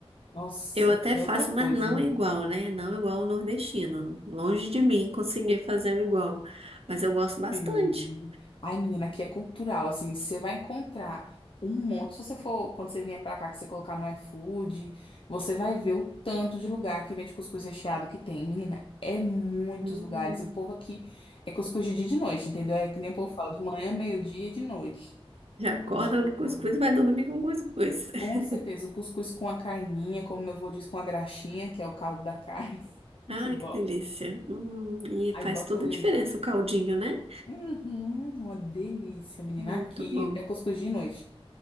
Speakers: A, on the left (about 60°); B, on the right (about 70°).
A: Nossa,
B: Eu até
A: é
B: faço,
A: outra coisa.
B: mas não igual, né? Não igual o nordestino. Longe de mim conseguir fazer o igual. Mas eu gosto bastante.
A: Sim. Ai, menina, aqui é cultural, assim, você vai encontrar um monte. Se você for, quando você vier pra cá, que você colocar no iFood, você vai ver o tanto de lugar que vende cuscuz recheado que tem. Menina, é muitos
B: Hum,
A: lugares. E o povo aqui é cuscuz de dia e de noite, entendeu? É que nem o povo fala, de manhã, meio-dia e de noite.
B: já acorda
A: O dia
B: no cuscuz
A: todo.
B: e vai dormir com cuscuz. <laughs>
A: Com certeza, um cuscuz com a carninha, como meu avô diz, com a graxinha, que é o caldo da carne. <laughs>
B: Ai,
A: Que
B: que delícia. Hum, e
A: Aí
B: faz
A: bota
B: toda
A: um leitinho.
B: a diferença o caldinho, né?
A: Uhum, uma delícia, menina.
B: Muito
A: Aqui
B: bom.
A: é cuscuz de noite.